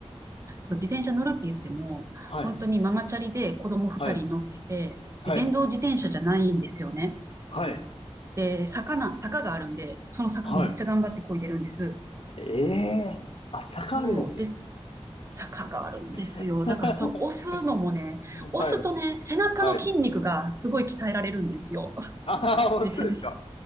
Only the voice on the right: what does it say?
そう自転車乗るって言っても、
本当にママチャリで子供2人乗っけて、
で、電動自転車じゃないんですよね。
で、坂な、坂があるんで、その坂めっちゃ頑張って漕いでるんです。
そうです。坂があるんですよ。
だから、それ押すのもね、
押すとね、背中の筋肉がすごい鍛えられるんですよ。
<laughs>
自転車。